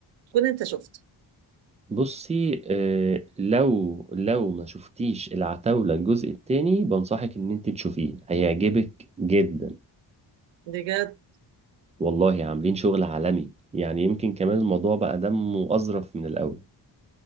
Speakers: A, on the right; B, on the right.
A: تكون انت شفته
B: بصي آه، لو لو ما شفتيش العتاولة الجزء التاني بنصحك ان انت تشوفيه هيعجبك جدا
A: بجد
B: والله عاملين شغل عالمي يعني يمكن كمان الموضوع بقى دمه أظرف من الأول